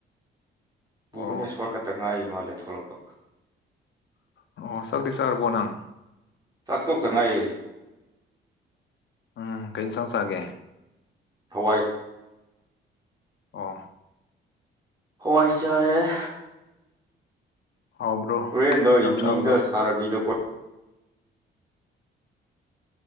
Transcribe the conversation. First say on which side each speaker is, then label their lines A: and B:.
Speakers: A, on the right; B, on the left.
A: ꯚꯨꯚꯅꯦꯁꯣꯔ
B: ꯑꯣ
A: ꯈꯛꯇ ꯉꯥꯏꯔꯤ ꯃꯥꯜꯂꯦ ꯊꯣꯛꯂꯛꯄ
B: ꯑꯣ ꯁꯛꯗꯤ ꯁꯥꯥꯔꯔꯕꯣ ꯅꯪ
A: ꯆꯥꯛ ꯇꯣꯛꯇ ꯉꯥꯏꯔꯤꯑꯦ
B: ꯎꯝ ꯀꯩꯩ ꯏꯟꯁꯥꯡ ꯆꯥꯒꯦ
A: ꯍꯋꯥꯏ
B: ꯑꯣ
A: ꯍꯋꯥꯏ ꯆꯔꯦ
B: ꯍꯥꯎꯕ꯭ꯔꯣ
A: ꯍꯨꯔꯦꯟꯗꯣ
B: ꯌꯥꯝ
A: ꯏꯚꯤꯅꯤꯡꯗ
B: ꯆꯥꯕ꯭ꯔꯣ
A: ꯁꯥꯔ ꯑꯕꯤꯗꯣ ꯀꯣ